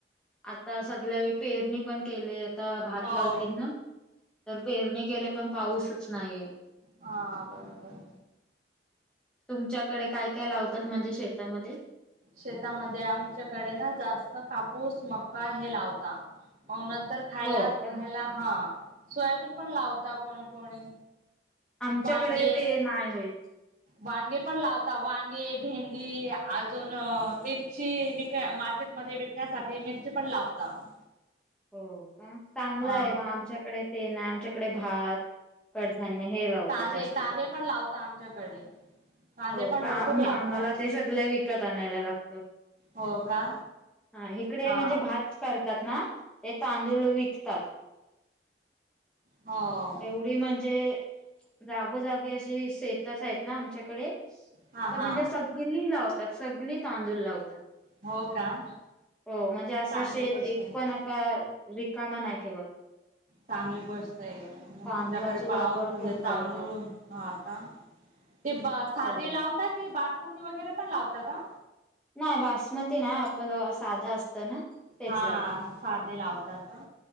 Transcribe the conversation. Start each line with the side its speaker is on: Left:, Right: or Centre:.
Centre: आता सगळ्या वळी पेरणी पण केलेत. आता भात
Right: हो.
Centre: लावतील ना तर पेरणी केले पण पाऊसच नाहीये.
Right: हा बरोबर
Centre: तुमच्याकडे काय काय लावतात म्हणजे शेतामध्ये?
Right: शेतामध्ये आमच्याकडे ना जास्त कापूस, मका हे लावता. नंतर खायला
Centre: हो का
Right: खायला हा सोयाबीन पण लावता कोणी कोणी
Centre: आमच्याकडे
Right: वांगे
Centre: ते नाही होइत.
Right: वांगे पण लावता वांगे भे डी अजून मिरची विकाय मार्केटमध्ये विकण्यासाठी मिरची पण लावता <inaudible>
Centre: हो का चांगला
Right: हा
Centre: आहे म आमच्याकडे ते नाय आमच्याकडे भात कडधान्य हे लावतात
Right: कांदे
Centre: जास्त
Right: कांदे
Centre: कर
Right: पण लावता आमच्याकडे कांदे
Centre: हो
Right: पण
Centre: का
Right: भरपूर
Centre: आ
Right: लावता.
Centre: आम्हाला ते सगळे विकत आणायला लागत
Right: हो का
Centre: हा इकडे
Right: हा
Centre: म्हणजे भात करतात ना ते तांदूळ विकतात
Right: हो.
Centre: एवढी म्हणजे जागोजागी अशी शेतच आहेत ना आमच्याकडे
Right: हा हा
Centre: तर म्हणजे सग सगली लावतात सगळी तांदूळ लावतात
Right: हो का
Centre: हो म्हणजे असं
Right: चांगली
Centre: शेत
Right: गोष्ट
Centre: एक
Right: आहे
Centre: पण तर रिकामा नाही ठेवत.
Right: चांगली गोष्ट आहे मग
Centre: तांदळाची
Right: तुमच्याकडे पाऊस
Centre: लागवड
Right: म्हणजे
Centre: खूप
Right: तांदूळ
Centre: करतात
Right: हा का ते ब साधे
Centre: हो
Right: लावता की बासमती वगैरे पण लावता का?
Centre: नाही बासमती नाय आपलं साधं असतं ना तेच
Right: हा
Centre: लावते
Right: साधे लावता का